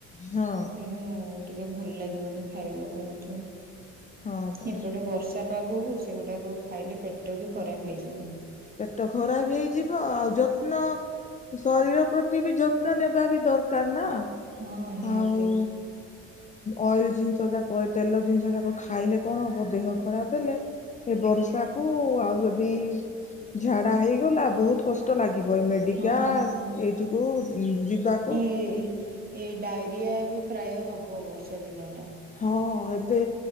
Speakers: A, on the left; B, on the right.
A: ହଁ
B: ତେଣୁ ଟିକେ ଭଲ ଲାଗିବନି ଖାଇବାକୁ ମଧ୍ୟ
A: ହଁ ପରା।
B: ଏପଟେ ବର୍ଷା ପାଗକୁ ସେଗୁଡ଼ାକ ଖାଇଲେ ପେଟ ବି ଖରାପ ହେଇଯିବ।
A: ପେଟ ଖରାପ ହେଇଯିବ ଆଉ ଯତ୍ନ ଶରୀର ପ୍ରତି ବି ଯତ୍ନ ନେବା ବି ଦରକାର ନା
B: ହଁ ନିହାତି
A: ଆଉ ଅଏଲ ଜିନିଷ ଯାକ ତେଲ ଜିନିଷ ଯାକ ଖାଇଲେ କଣ ହବ ଦେହ ଖରାପ ହେଲେ? ଏ ବର୍ଷା କୁ ଆଉ ଯଦି ଝାଡା ହେଇଗଲା ବହୁତ କଷ୍ଟ। କଷ୍ଟ ଲାଗିବ ଏଇ ମେଡ଼ିକାଲ
B: ହଁ ହଁ
A: ଏଇଠିକୁ ଯିବାକୁ।
B: ଏ ଇ ଏଇ ଡାଇରିଆ ଏବେ ପ୍ରାୟ ହବ ବର୍ଷା ଦିନଟା।
A: ହଁ ଏବେ